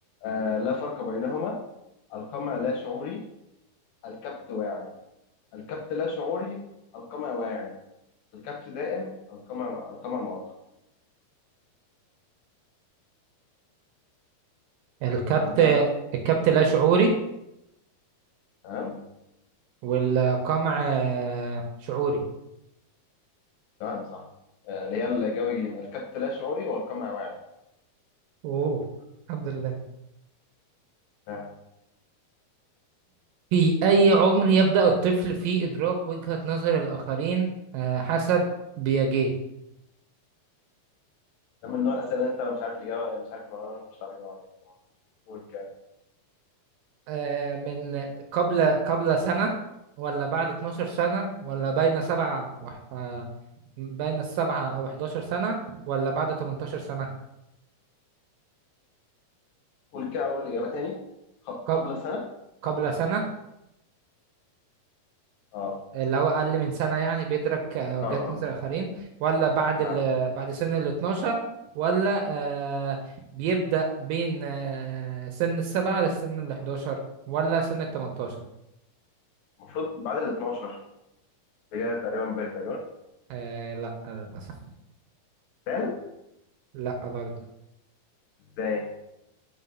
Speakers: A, on the left; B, on the right.
A: آه لا فرق بينهما القمع لا شعوري الكبت واعي الكبت لا شعوري القمع واعي الكبت دائم القمع القمع مؤقت
B: الكبت
A: أنا ممكن أقول لك؟
B: الكبت لا شعوري
A: تمام
B: والقمع آه، شعوري
A: تمام صح آه، اللي هي الإجابة جيم الكبت لا شعوري والقمع واعي
B: اوه الحمد لله
A: نعم.
B: في أي عمر يبدأ الطفل في إدراك وجهة نظر الآخرين آه، حسب بياجيه
A: ده من نوع الأسئلة اللي أنت لو مش عارف الإجابة مش عارف المعلومة مش عارف الإجابة عليها. قول كده
B: آه، من قبل قبل سنة ولا بعد 12 سنة ولا بين سبعة وح... آه، بين السبعة أو 11 سنة ولا بعد 18 سنة
A: قول كده أول إجابة تاني خ- قبل
B: قب...
A: سنة
B: قبل سنة
A: اه
B: اللي هو أقل من سنة يعني بيدرك آه، وجهات
A: اه اه
B: نظر الآخرين ولا بعد
A: لا
B: ال... بعد سن ال 12 ولا آه، بيبدأ بين آه، سن السبعة للسن ال 11 ولا سن ال 18
A: المفروض بعد ال 12 اللي جاية تقريبا باك تقريبا
B: آه، لا للأسف
A: بال
B: لا برضه
A: ازاي